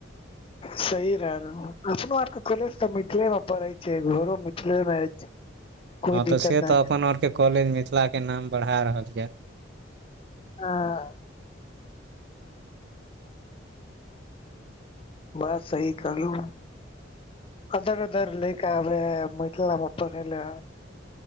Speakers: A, on the left; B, on the right.
A: सही रहल अपनो आर के कॉलेज तऽ मिथिले मे पड़ै छैय घरो मिथिले मे कोइ
B: हँ
A: दिक्कत
B: तऽ से
A: नहि
B: तऽ अपन आर के कॉलेज मिथिला के नाम बढ़ा रहल यै
A: आ <unintelligible> बस सही कहलु अदर अदर लैक आबै है मिथिला मे पढ़ेल